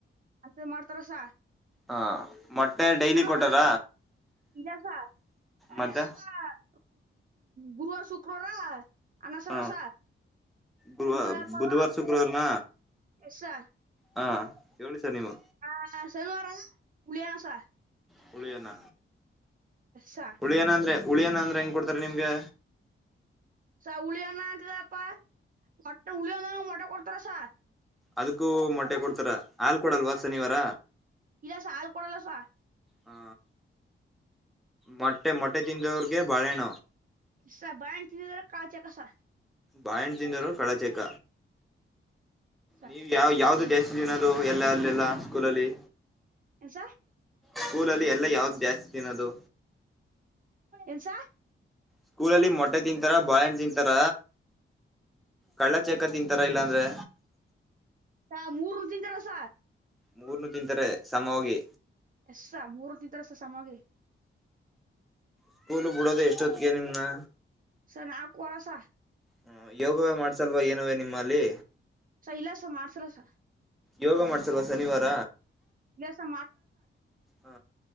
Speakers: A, on the right; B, in the centre.
A: ಅಂತ ಮಾಡ್ತಾರಸ.
B: ಹಾ. ಮೊಟ್ಟೆ
A: ಶನಿವಾರ
B: ಡೈಲಿ ಕೊಟಾರ
A: ಇದೆ ಸರ್ <unintelligible>
B: ಮತ್ತೆ
A: ಗುರುವಾರ ಶುಕ್ರವಾರಾ ಅನ್ನ ಸರಸ
B: ಹ ಗುರುವ
A: ಎಂತದ ಪೋ
B: ಬುಧವಾರ ಶುಕ್ರವಾರನ
A: ಎಷ್ಟ್.
B: ಹಾ ಹೇಳಿ ಸರ್ ನೀವು.
A: ಹಾ ಸಲ್ವಾರ. ಹುಲಿಯಂಸ್
B: ಹುಳಿ ಅನ್ನ.
A: ಸರ್
B: ಹುಳಿ ಏನಂದ್ರೆ ಉಳಿಯನ ಅಂದ್ರೆ ಹೆಂಗ್ ಕೊಡ್ತಾರೆ ನಿಮ್ಗೆ
A: ಸ ಹುಳಿಯಣ ಅಂತಿದಪ್ಪ ಮೊಟ್ಟೆ ಹುಳಿಯನ ಮೊಟ್ಟೆ ಕೊಡ್ತಾರಸ
B: ಅದಕ್ಕೂ ಮೊಟ್ಟೆ ಕೊಡ್ತಾರ. ಹಾಲ್ ಕೊಡಲ್ವಾ ಶನಿವಾರ
A: ಇಲ್ಲಸ ಹಾಲ್ ಕೊಡಲ್ಲಸ
B: ಹಾ ಮೊಟ್ಟೆ ಮೊಟ್ಟೆ ತಿಂದವ್ರಗೆ ಬಾಳೆಣ
A: ಸರ್ ಬಾಳೆ ಹಣ್ಣ ತಿಂದಿದ್ರ ಕಾಳ್ ಚೇಕ್ ಸರ್.
B: ಬಾಳೆ ಹಣ್ಣ ತಿಂದರು ಕಳಚೇಕ.
A: ಸ
B: ನೀವು ಯಾವ ಯಾವ್ದು ಜಾಸ್ತಿ ತಿನ್ನೋದು ಎಲ್ಲಾ ಅಲ್ಲೆಲ್ಲ ಸ್ಕೂಲಲ್ಲಿ.
A: ಏನ್ ಸ
B: ಸ್ಕೂಲಲ್ಲಿ ಎಲ್ಲೇ ಯಾವ್ದ್. ಜಾಸ್ತ್ ದಿನದು.
A: ಎಲ್ಸ
B: ಸ್ಕೂಲಲ್ಲಿ ಮೊಟ್ಟೆ ತಿಂತಾರ ಬಾಳೆ ಹಣ್ಣ ತಿಂತಾರ ಕಳ್ಳ ಚೆಕ್ಕ ತಿಂತಾರ ಇಲ್ಲಾಂದ್ರೆ.
A: ಸ ಮೂರು ತಿಿಂದ ರಸ
B: ಮೂರ್ನು ತಿಂತಾರೆ ಸಮ ಹೋಗಿ
A: ಎಸ್ ಸರ್ ಮೂರ್ ತಿಂತರೆ ಸಾಮಾಗ್ರಿ ಅಯ್ತಿ.
B: ಸ್ಕೂಲು ಬಿಡೋದು ಎಷ್ಟೊತ್ತಿಗೆ ನಿಮ್ನ.
A: ಸ ನಾಲ್ಕ ವರಸ
B: ಹ ಯೋಗ ಮಾಡ್ಸಲ್ವ ಏನುವೇ ನಿಮ್ಮಲ್ಲಿ
A: ಸ ಇಲ್ಲ ಸ ಮಾಡ್ಸರಸ
B: ಯೋಗ ಮಾಡ್ಸಲ್ವಾ ಶನಿವಾರ.
A: ಇಲ್ಲ ಸ
B: ಹ